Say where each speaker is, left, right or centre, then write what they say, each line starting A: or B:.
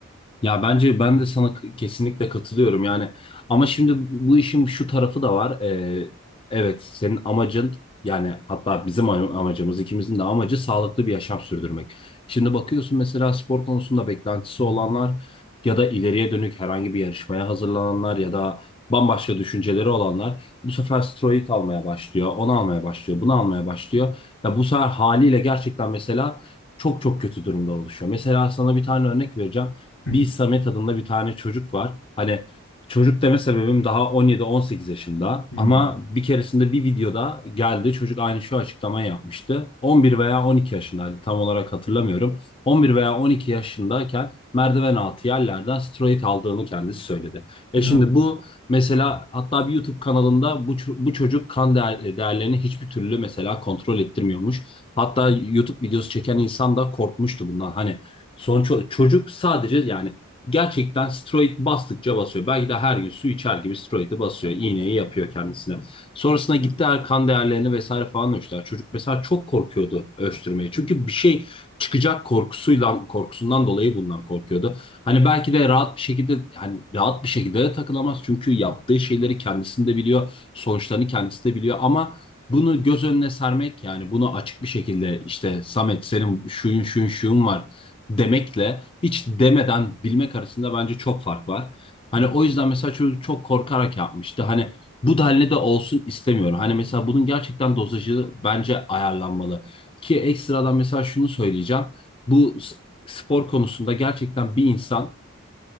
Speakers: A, on the left; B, on the left.
A: Ya bence ben de sana k- kesinlikle katılıyorum yani ama şimdi bu işin şu tarafı da var Ee, evet senin amacın yani hatta bizim am- amacımız ikimizin de amacı sağlıklı bir yaşam sürdürmek. Şimdi bakıyorsun mesela spor konusunda beklentisi olanlar ya da ileriye dönük herhangi bir yarışmaya hazırlananlar ya da bambaşka düşünceleri olanlar bu sefer steroid almaya başlıyor, onu almaya başlıyor, bunu almaya başlıyor. Ya bu sefer haliyle gerçekten mesela çok çok kötü durumda oluşuyor. Mesela sana bir tane örnek vereceğim
B: Hı
A: bir
B: hı.
A: Samet adında bir tane çocuk var. Hani çocuk deme sebebim daha 17-18 yaşında
B: Hmm.
A: ama bir keresinde bir videoda geldi çocuk aynı şu açıklamayı yapmıştı. 11 veya 12 yaşındaydı tam olarak hatırlamıyorum. 11 veya 12 yaşındayken merdiven altı yerlerden steroid aldığını kendisi söyledi. E
B: İnanamadım.
A: şimdi bu mesela hatta bir YouTube kanalında bu, ço- bu çocuk kan değer- değerlerini hiçbir türlü mesela kontrol ettirmiyormuş. Hatta YouTube videosu çeken insan da korkmuştu bundan. Hani Sonuç o- çocuk sadece yani gerçekten steroid bastıkça basıyor. Belki de her gün su içer gibi steroidi basıyor. iğneyi yapıyor kendisine. Sonrasında gittiler kan değerlerini vesaire falan ölçtüler. Çocuk mesela çok korkuyordu ölçtürmeye. Çünkü bir şey çıkacak korkusuyla korkusundan dolayı bundan korkuyordu. Hani belki de rahat bir şekilde hani rahat bir şekilde de takılamaz. Çünkü yaptığı şeyleri kendisinde biliyor. Sonuçlarını kendisi de biliyor ama bunu göz önüne sermek yani bunu açık bir şekilde işte Samet senin şuyun şuyun şuyun var demekle hiç demeden bilmek arasında bence çok fark var. Hani
B: Hı
A: o yüzden mesela çocuk çok korkarak yapmıştı. Hani bu denli de olsun istemiyorum. Hani mesela bunun gerçekten dozajı bence ayarlanmalı. Ki ekstradan mesela şunu söyleyeceğim. Bu s- spor konusunda gerçekten bir insan